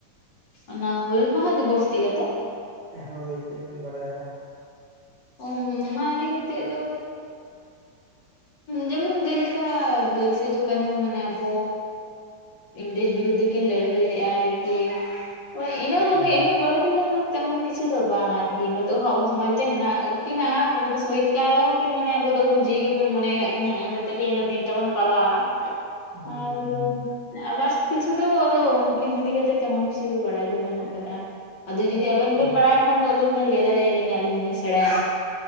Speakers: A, on the left (about 60°); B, on the right (about 35°).
A: ᱚᱱᱟ ᱦᱩᱞ ᱢᱟᱦᱟ ᱫᱤᱵᱚᱥ ᱫᱤᱭᱮ ᱛᱮ?
B: ᱦᱳᱭ ᱪᱮᱫ ᱵᱤᱱ ᱵᱟᱰᱟᱭᱟ?
A: ᱚᱱᱟ ᱤᱫᱤ ᱠᱟᱛᱮ ᱫᱚ ᱡᱮᱢᱚᱱ ᱡᱮᱞᱮᱠᱟ ᱥᱤᱫᱩ ᱠᱟᱹᱱᱩ ᱢᱟᱱᱮ ᱟᱵᱚ ᱤᱝᱨᱮᱡᱽ ᱵᱤᱨᱩᱫᱽᱫᱷᱮ ᱠᱤᱱ ᱞᱟᱹᱲᱦᱟᱹᱭ ᱞᱮᱼᱟ ᱟᱨᱠᱤ ᱦᱳᱭ ᱤᱱᱟᱹ ᱠᱚᱜᱮ
B: ᱦᱩᱸ
A: ᱤᱱᱟᱹ ᱵᱟᱲ
B: <inaudible>
A: ᱛᱮᱢᱚᱱ ᱠᱤᱪᱩ ᱫᱚ ᱵᱟᱝ ᱟᱨᱠᱤ ᱱᱤᱛᱚᱜ ᱦᱚᱸ ᱟᱵᱚ ᱥᱚᱢᱟᱡᱽ ᱨᱮ ᱦᱮᱱᱟᱜ ᱠᱤᱱᱟ ᱥᱩᱦᱤᱛ ᱠᱟᱱ ᱨᱮᱦᱚᱸ ᱢᱟᱱᱮ ᱟᱵᱚ ᱫᱚ <unintelligible> ᱵᱚᱱ ᱢᱚᱱᱮᱭ ᱠᱫ ᱠᱤᱱᱟ ᱤᱱᱟᱹ ᱛᱮᱜᱮ ᱤᱱᱟᱹ ᱫᱤᱱ ᱛᱮᱵᱚᱱ ᱯᱟᱞᱟᱣᱟ
B: ᱦᱩᱸ
A: ᱟᱨ ᱾ ᱟᱫᱟᱨᱥ ᱠᱤᱪᱷᱩ ᱫᱚ ᱟᱫᱚ ᱩᱱᱠᱤᱱ ᱤᱫᱤᱛᱜ ᱛᱮᱢᱚᱱ ᱠᱤᱪᱷᱩ ᱫᱚ ᱵᱟᱲᱟᱭ ᱫᱚ ᱵᱟᱹᱱᱩᱜ ᱟᱠᱟᱫᱟ᱾ ᱟᱫᱚ ᱡᱩᱫᱤ ᱟᱵᱮᱱ
B: ᱦᱩᱸ
A: ᱵᱮᱱ ᱵᱟᱲᱟᱭ ᱠᱷᱟᱱ ᱫᱚ ᱟᱹᱞᱤᱧ ᱵᱮᱱ ᱞᱟᱹᱭ ᱫᱟᱲᱮᱭᱟᱞᱤᱧᱟ ᱟᱹᱞᱤᱧ ᱞᱤᱧ ᱥᱮᱬᱟᱭᱟ᱾